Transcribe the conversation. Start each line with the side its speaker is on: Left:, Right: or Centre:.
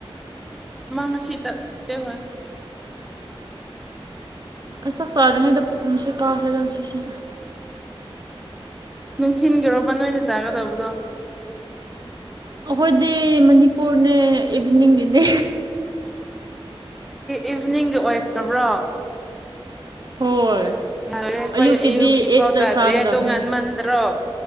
Centre: ꯃꯥꯥꯡꯁꯤ ꯇꯠꯇ ꯍꯣꯏ <inaudible>
Right: ꯑꯩ ꯆꯥꯛ ꯆꯥꯔꯤꯉꯩꯗ ꯄꯨꯛ ꯅꯨꯡꯁꯦ ꯀꯥꯈ꯭ꯔꯦꯗ ꯁꯤꯁꯦ
Centre: ꯅꯨꯡꯊꯤꯤꯟꯒꯤꯔꯣ ꯕꯟ ꯑꯣꯏꯅ ꯆꯥꯒꯗꯕꯗꯣ
Right: ꯑꯩꯈꯣꯏꯗꯤ ꯃꯅꯤꯄꯨꯔꯅꯦ ꯏꯚꯤꯅꯤꯡꯒꯤꯅꯦ
Centre: ꯏꯚꯤꯅꯤꯡꯒꯤ ꯑꯣꯏꯈ꯭ꯔꯕ꯭ꯔꯣ
Right: ꯍꯣꯏ
Centre: ꯌꯦ ꯑꯩꯈꯣꯏ
Right: ꯑꯌꯨꯛꯀꯤꯗꯤ
Centre: ꯑꯌꯨꯛꯀꯤ
Right: ꯑꯩꯠꯇ
Centre: ꯐꯥꯎ ꯆꯥꯗ꯭ꯔꯦ
Right: ꯆꯥꯒꯗꯕꯅꯦ
Centre: ꯇꯣꯉꯥꯟ ꯃꯟꯗ꯭ꯔꯣ